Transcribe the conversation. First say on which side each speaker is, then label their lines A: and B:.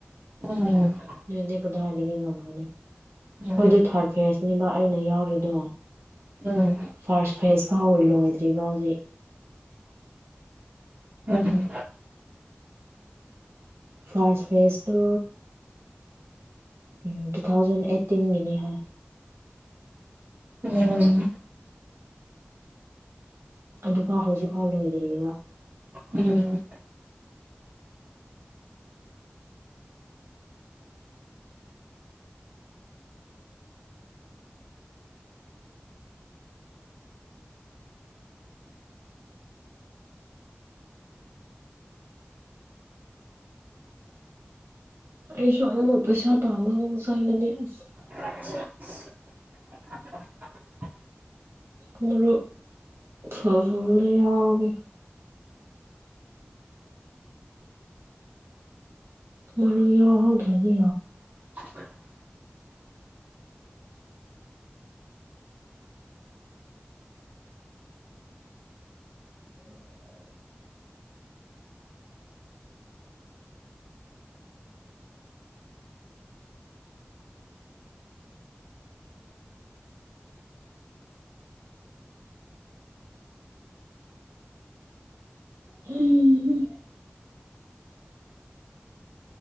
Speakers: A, on the right; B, on the right.
A: ꯎꯝ
B: ꯑꯗꯨꯗ ꯀꯗꯥꯏꯗꯒꯤ ꯉꯝꯒꯅꯤ
A: ꯎꯝ
B: ꯃꯣꯏꯗꯤ ꯊꯥꯔꯠ ꯐꯦꯁꯅꯤꯕ ꯑꯩꯅ ꯌꯥꯎꯔꯤꯗꯣ
A: ꯎꯝ
B: ꯐꯥꯔꯁ ꯐ꯭ꯔꯦꯖ ꯐꯥꯎ ꯂꯣꯏꯗ꯭ꯔꯤꯕ ꯍꯧꯖꯤꯛ
A: ꯎꯝꯝ
B: ꯐꯁ ꯐꯦꯁꯣ ꯎꯝ ꯇꯨ ꯊꯥꯎꯖꯟ ꯑꯩꯠꯇꯤꯟꯒꯤꯅꯤ ꯍ
A: ꯎꯝ
B: ꯑꯗꯨꯐꯥꯎ ꯍꯧꯖꯤꯛꯐꯥꯎ ꯂꯣꯏꯗ꯭ꯔꯤꯕ
A: ꯎꯝ
B: ꯑꯩꯁꯨ ꯑꯃꯨ ꯄꯩꯁꯥ ꯄꯥꯕ ꯑꯃꯨꯛ ꯆꯪꯂꯅꯤ ꯑꯁ
A: ꯁꯤꯛꯁ
B: ꯃꯔꯣ ꯐꯗ ꯌꯥꯎꯒꯦ ꯃꯔꯨ ꯌꯎ ꯍꯧꯒꯗꯤ
A: <inaudible>
B: <unintelligible> ꯍꯨꯝꯍꯨꯝ